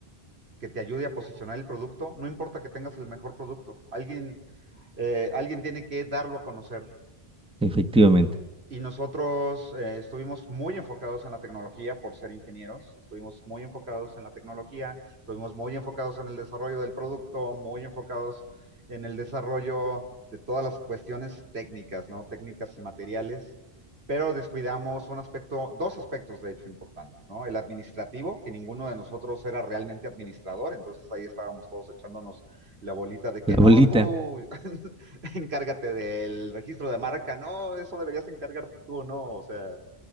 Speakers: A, on the right; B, in the centre.
A: que te ayude a posicionar el producto, no importa que tengas el mejor producto, alguien, eh, alguien tiene que darlo a conocer.
B: Efectivamente.
A: Y nosotros eh, estuvimos muy enfocados en la tecnología por ser ingenieros, estuvimos muy enfocados en la tecnología, estuvimos muy enfocados en el desarrollo del producto, muy enfocados en el desarrollo de todas las cuestiones técnicas, ¿no? Técnicas y materiales, pero descuidamos un aspecto, dos aspectos de hecho importantes, ¿no? El administrativo, que ninguno de nosotros era realmente administrador, entonces ahí estábamos todos echándonos la bolita de que
B: La
A: no,
B: bolita.
A: tú <laughs> <laughs> encárgate del registro de marca, no, eso deberías encargarte tú, ¿no? O sea,